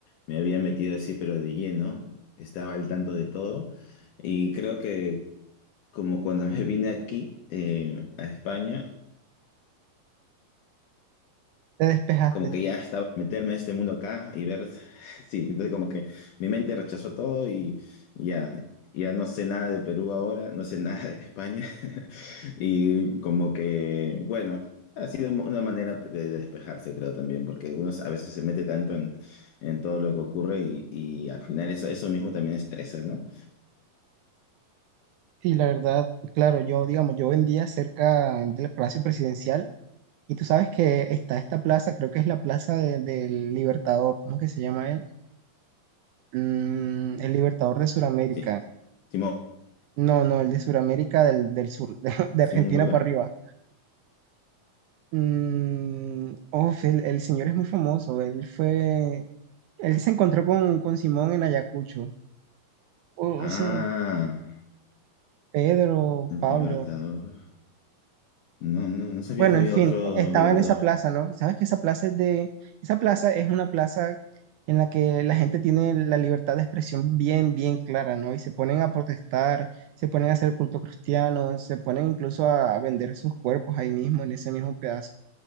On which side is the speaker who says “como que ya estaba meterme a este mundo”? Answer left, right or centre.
Left